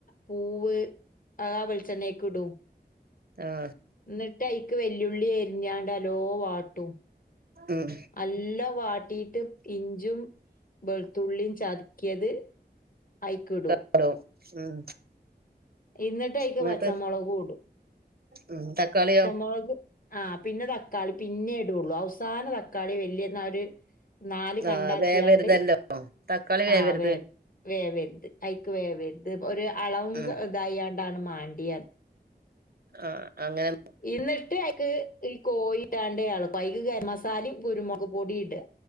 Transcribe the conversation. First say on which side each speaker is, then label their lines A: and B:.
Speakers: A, on the left; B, on the right.
A: പൂവ് അത് ആ വെളിച്ചെണ്ണേക്ക് ഇടും
B: ആഹ്
A: എന്നിട്ട് അയ്ക്ക് വെല്ലുള്ളി അരിഞ്ഞാണ്ട് നല്ലോണം വാട്ടും
B: ഉം
A: നല്ല വാട്ടീയിട്ട് ഇഞ്ചും വെളുത്തുള്ളിയും ചതക്കിയത് അയ്ക്കിടും
B: ആഹ് ഉം
A: എന്നിട്ട് അയിക്ക്
B: എന്നിട്ട്
A: പച്ചമുളകും
B: ഉം തക്കാളിയോ
A: മുളക് ആ പിന്നെ തക്കാളി പിന്നേ ഇടൂള്ളൂ അവസാന തക്കാളി വല്യ എന്നാ ഒര് നാല് കണ്ടാക്കിയാണ്ട്
B: ആഹ് വേവരുതല്ലോ തക്കാളി വേവരുത്
A: ആ വേ വേവരുത് അയ്ക്ക് വേവരുത് ഒര് അളവും
B: ഉം
A: ഇതായാണ്ടാണ് മാണ്ടിയേ
B: ആഹ് അങ്ങനെ
A: എന്നിട്ട് അയ്ക്ക് ഈ കോയിട്ടാണ്ട് എളക്കുക അയിക്ക് ഗരം മസാലയും കുരുമുക് പൊടിയും ഇടുക